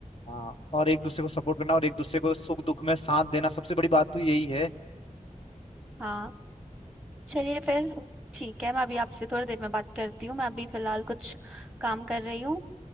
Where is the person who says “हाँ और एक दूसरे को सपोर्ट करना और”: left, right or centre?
Left